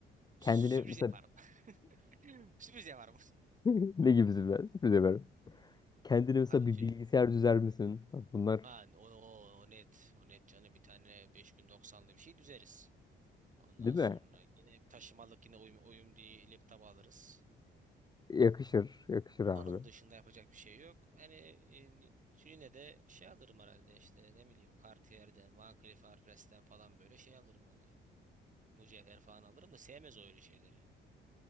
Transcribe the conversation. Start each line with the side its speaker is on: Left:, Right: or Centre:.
Right: Sürpriz
Left: Kendine mesela
Right: yaparım. <laughs> Sürpriz yaparım.
Left: <laughs> ne gibi sürpriz, sürpriz yaparım? Kendine mesela
Right: Abi
Left: bir
Right: tür...
Left: bilgisayar düzer misin? Bunlar
Right: Ha, o, o, o net. O net canı bir tane beş bin doksanlı bir şey düzeriz. Ondan
Left: değil
Right: sonra
Left: mi?
Right: yine bir taşımalık yine uyum, uyum diye laptop alırız.
Left: Yakışır, yakışır abi.
Right: Onun dışında yapacak bir şey yok. Hani e, yine de şey alırım herhalde işte ne bileyim Cartier'den, Van Cleef Arpels'ten falan böyle şey alırım onu. Mücevher falan alırım da sevmez o öyle şeyleri.